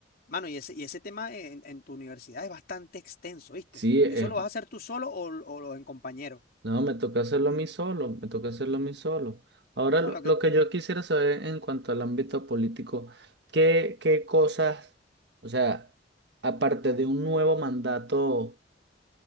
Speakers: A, on the left; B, on the right.
A: mano, y ese, y ese tema en, en tu universidad es bastante extenso, ¿viste?
B: Sí, es,
A: ¿Eso lo vas a hacer tú solo o, o en compañero?
B: no, me toca hacerlo a mí solo, me toca hacerlo a mí solo. Ahora, lo,
A: No, lo que,
B: lo que yo quisiera saber en cuanto al ámbito político, ¿qué, qué cosas, o sea, aparte de un nuevo mandato,